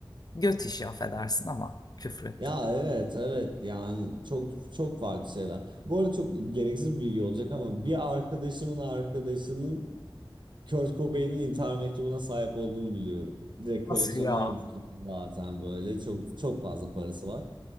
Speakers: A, on the left; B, on the right.
A: göt işi affedersin ama küfrettim.
B: Ya evet evet yani çok çok farklı şeyler. Bu arada çok gereksiz bir bilgi olacak ama bir arkadaşımın arkadaşının Kurt Cobain'in intihar mektubuna sahip olduğunu biliyorum. Direkt
A: Nasıl
B: koleksiyoner
A: ya?
B: bir tip zaten böyle çok çok fazla parası var.